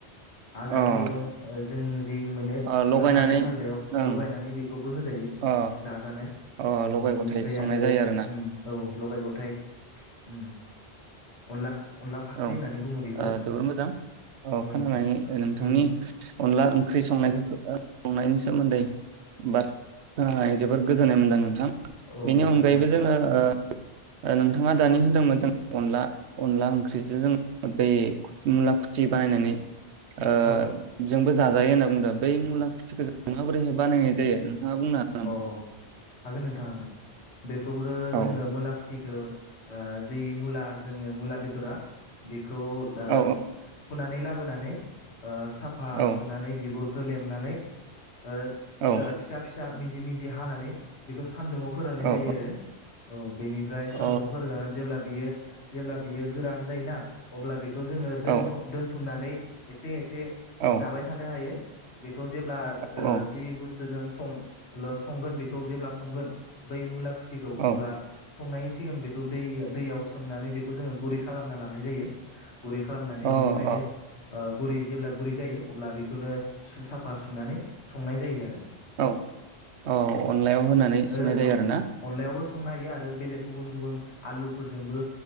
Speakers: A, on the left (about 80°); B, on the right (about 80°).
A: हाग्रानि
B: अ
A: मैगं जों जि मोनो
B: ओ लगायनानै
A: खानानै हाग्रायाव
B: ओं
A: लगायनानै बेखौबो होजायो
B: अ
A: जाजानाय
B: अ लगाय
A: बिनिफ्राय
B: गथाय संनाय
A: आरो
B: जायो आरोना
A: ओं औ लगाय लथाय। उम। अनला फाख्रि
B: औ
A: होननानै बुङो बेखौ
B: ओ जोबोर मोजां औ
A: उम
B: खोनानानै नोंथांनि
A: बेनो
B: अनला ओंख्रि संनायखौ संनायनि सोमोन्दै बाथ्रा खोनानानै जोबोद गोजोननाय मोनदों नोंथां।
A: औ
B: बेनि
A: नोंथां
B: अनगायैबो
A: दे
B: जोङो। ओ नोंथाङा दानि होनदोंमोन जों अनला अनला ओंख्रि। जों बै मुला खुथि बानायनानै ओ
A: औ
B: जोंबो जाजायो होनना बुंदों बै मुला माबोरैहाय बानायो। जायो। नोंथाङा बुंनो हागोन नामा?
A: अ हागोन नोंथां हागोन। बेखौबो
B: औ
A: जोङो मुला खुथिखौ ओ जि मुला जोङो मुला बेदरा बे खौ <unintelligible>
B: औ
A: फुनानै ला बोनानै ओ साफा
B: औ
A: सुनानै बिगुर खो लेमनानै ओ
B: औ
A: फिसा फिसा मिजि मिजि हानानै बिखौ सान्दुङाव फोराननाय
B: औ
A: जायो
B: औ
A: आरो औ बेनि फ्राय
B: अ
A: सान्दुङाव फोराननानै जेब्ला बियो जेब्ला बियो गोरान जायोना अब्ला बे खौ जोङो दोनथ'
B: औ
A: दोनथुमनानै एसे एस से
B: औ
A: जाबाय थानो हायो। बे खौ जेब्ला ओ
B: औ
A: जि बुस्थ जोजों सं लो संगोन बेखौ जेब्ला संगोन बै मुला खुथिखौ
B: औ
A: अब्ला संनायनि सिगां बेखौ दै -दैयाव सोमनानै बेखौ जोङो गुरै खालामना लांनाय जायो। गुरै खालामनानै
B: अ औ
A: बिनिफ्रायनो ओ गुरै जेब्ला गुरै जायो अब्ला बेखौनो सु साफा सुनानै संनाय जायो आरो
B: औ औ
A: उम
B: अनलायाव होनानै
A: ओ
B: संनाय जायो
A: ओं
B: आरोना
A: अनलायावबो संनो हायो आरो बेलेग गुबुन गुबुन आलुफोरजोंबो